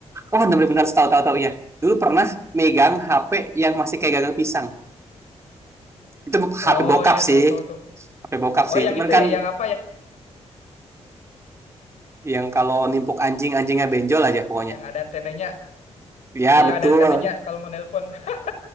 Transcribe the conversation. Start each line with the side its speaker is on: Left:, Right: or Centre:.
Right: oh enam ribu enam ratus tahu-tahu tahu tahu ya. Dulu pernah megang HP yang masih kayak gagang pisang. Itu HP
Left: Oh
Right: bokap
Left: iya,
Right: sih.
Left: tahu tahu tuh.
Right: HP bokap
Left: Oh,
Right: sih.
Left: yang
Right: Cuman
Left: itu
Right: kan
Left: ya yang apa ya?
Right: yang kalau nimpuk anjing, anjingnya benjol aja pokoknya.
Left: Yang ada antenanya.
Right: Ya,
Left: Iya,
Right: betul.
Left: yang ada antenanya kalau mau nelpon. <laughs>